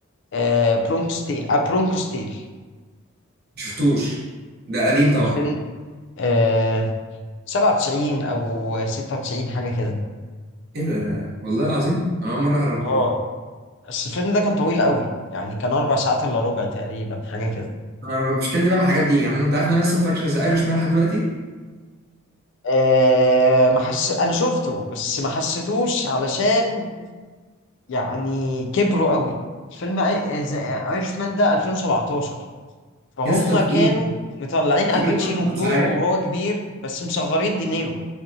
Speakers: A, on the left; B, on the right.
A: آه برونكوستيل آه برونكوستيل
B: ما شفتوش ده قديم طبعا
A: الفيلم آه 97 او 96 حاجه كده
B: ايه ده والله العظيم انا اول مره اعرف
A: اه بس الفيلم ده كان طويل قوي يعني كان اربع ساعات الا ربع تقريبا حاجه كده
B: أنا مشكلتي بقى مع الحاجات دي يعني انت عارف ان انا لسه ما اتفرجتش على ايرش مان لحد دلوقتي
A: آه ما حس انا شفته بس ما حسيتوش علشان يعني كبروا قوي فيلم ايرش مان ده 2017 فهم
B: يا اسطى تقيل
A: كانوا مطلعين الباتشينو
B: تقيل أوي اربع
A: بدور
B: ساعات
A: وهو كبير بس مصغرين دينيرو